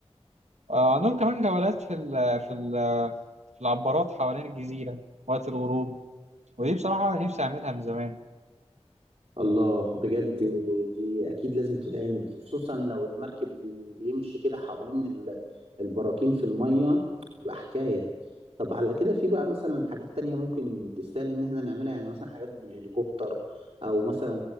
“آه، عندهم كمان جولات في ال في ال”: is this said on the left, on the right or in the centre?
Right